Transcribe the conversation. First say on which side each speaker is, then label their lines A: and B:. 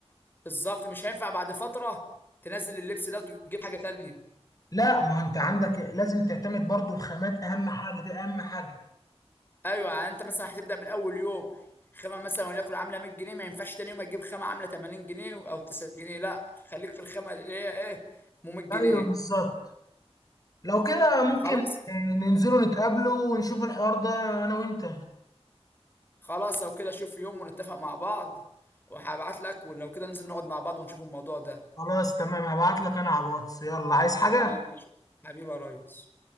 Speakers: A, on the left; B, on the left.
A: بالظبط مش هينفع بعد فتره تنزل اللبس ده وتجيب حاجه تانية
B: لا ما انت عندك لازم تعتمد برضو الخامات اهم حاجه دي اهم حاجه
A: ايوه يعني انت مثلا هتبدا من اول يوم خامه مثلا وليكن عامله 100 جنيه ما ينفعش تاني يوم هتجيب خامه عامله 80 جنيه او 90 جنيه لا خليك في الخامه اللي هي ايه ب 100 جنيه
B: ايوه بالظبط لو كده ممكن
A: خلاص
B: آه، ننزلوا نتقابلوا ونشوف الحوار ده انا وانت
A: خلاص لو كده شوف يوم ونتفق مع بعض وهبعت لك ولو كده ننزل نقعد مع بعض ونشوف الموضوع ده
B: خلاص تمام هبعت لك انا على الواتس يلا عايز حاجه
A: تمام ماشي حبيبي يا ريس